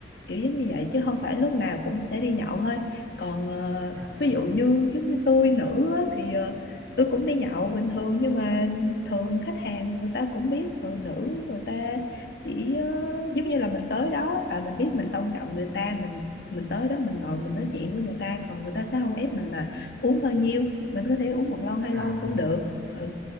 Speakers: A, on the left; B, on the right.
A: kiểu giống như vậy
B: à,
A: chứ không
B: vậy
A: phải lúc
B: à,
A: nào cũng sẽ đi nhậu thôi còn ờ,
B: à,
A: ví dụ như giống như tôi nữ á, thì ờ, tôi cũng đi nhậu bình thường nhưng mà thường khách hàng người ta cũng biết phụ nữ người ta chỉ ờ, giống như là mình tới đó à, mình biết mình tôn trọng người ta mình mình tới đó mình ngồi mình nói chuyện với người ta còn người ta sẽ không ép mình là uống bao nhiêu mình có thể uống một lon hai
B: à,
A: lon cũng được ừ.